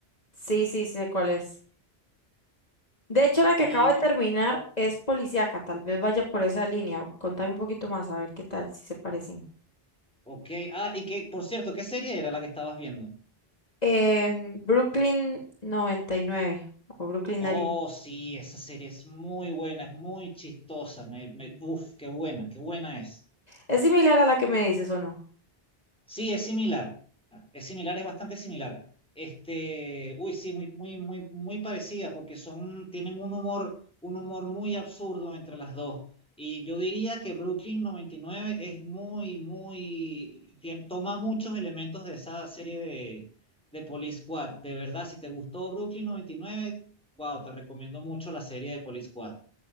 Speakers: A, on the left; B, in the centre.
A: Sí, sí, sé cuál es. De hecho, la
B: Y,
A: que acabo de terminar es policíaca. Tal vez vaya por esa línea. Contame un poquito más, a ver qué tal, si se parecen.
B: ok, ah, y que, por cierto, ¿qué serie era la que estabas viendo?
A: En Brooklyn 99 o Brooklyn
B: Oh,
A: Nine
B: sí, esa serie es muy buena, es muy chistosa, me, me, uf, qué buena, qué buena es.
A: ¿Es similar a la que me dices o no?
B: Sí, es similar. Es similar, es bastante similar. Este, uy, sí, muy, muy, muy, muy parecida, porque son, tienen un humor, un humor muy absurdo entre las dos. Y yo diría que Brooklyn noventa y nueve es muy, muy, tien- toma muchos elementos de esa serie de, de Police Squad. De verdad, si te gustó Brooklyn noventa y nueve, wow, te recomiendo mucho la serie de Police Squad.